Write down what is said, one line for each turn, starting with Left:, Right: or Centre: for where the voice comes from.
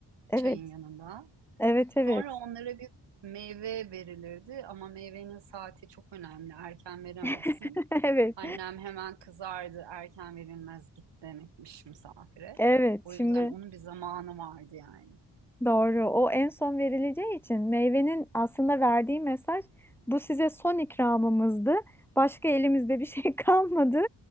Centre: Evet
Right: çayın yanında.
Centre: evet evet
Right: Sonra onlara bir meyve verilirdi ama meyvenin saati çok önemli. Erken veremezsin.
Centre: <laughs> evet
Right: Annem hemen kızardı. Erken verilmez git demekmiş misafire.
Centre: evet
Right: O
Centre: şimdi
Right: yüzden onun bir zamanı vardı yani.
Centre: Doğru. O en son verileceği için meyvenin aslında verdiği mesaj bu size son ikramımızdı. Başka elimizde bir şey <laughs> kalmadı